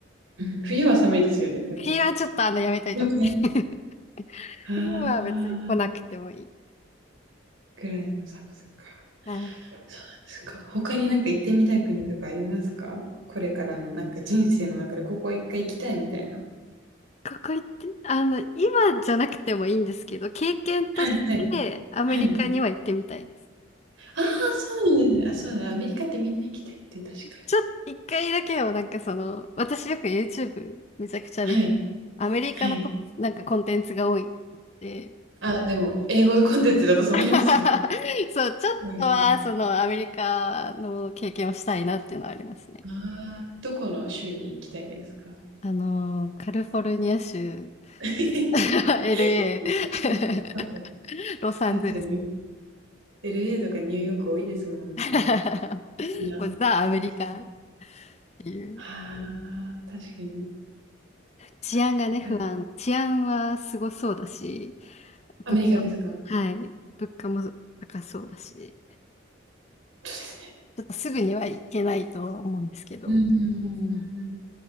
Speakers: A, on the right; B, on the left.
A: うん、冬は寒いですよね、でも。
B: 冬はちょっとあの、やめといた方がいい。
A: そのく
B: <laughs>
A: ありますねああ
B: 冬は別に来なくてもいい。
A: ぐらいの寒さか。
B: はい。
A: そうですか。他になんか行ってみたい国とかありますかこれからのなんか人生の中でここ一回行きたいみたいな。
B: 学校行って、あの、今じゃなくてもいいんですけど、経験としてアメリカには行ってみたいです。
A: はいはい。はい。ああ、そうなんですね。あ、そうだね。アメリカってみんな行きたいって確かに。
B: ちょっと一回だけをなんかその、私よく YouTube めちゃくちゃ見、
A: はい。
B: アメリカのこなんかコンテンツが多いで、
A: はい。ああ、でも、英語のコンテンツだとそうなりますよね。
B: <laughs> そう、ちょっとはそのアメリカの経験をしたいなっていうのはありますね。
A: うん。ああ、どこの州に行きたいですか？
B: あのー、カリフォルニア州、
A: や
B: <laughs> LA、
A: っぱなんか、
B: <laughs> ロサンゼルス
A: 確かに LA とかニューヨーク多いですもんね。
B: <laughs>、
A: みんな、
B: もうザ・
A: そんな感じ。
B: アメリカっていう。
A: ああ、確かに。
B: 治安がね、
A: アメリカ
B: 不安。治安はすごそうだし、
A: アメリカですか？
B: 物
A: そう
B: 価、はい、物価も高そうだし、
A: ですね。
B: ちょっとすぐには行けないとは思うんですけど。
A: うんうんうんうんうん。
B: うん。